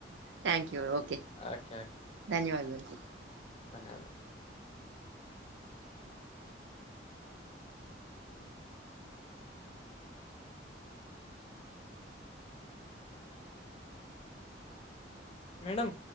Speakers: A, on the right; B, on the left.
A: థ్యాంక్ యూ ఓకే
B: ఓకే
A: ధన్యవాదాలు
B: అన్ మేడమ్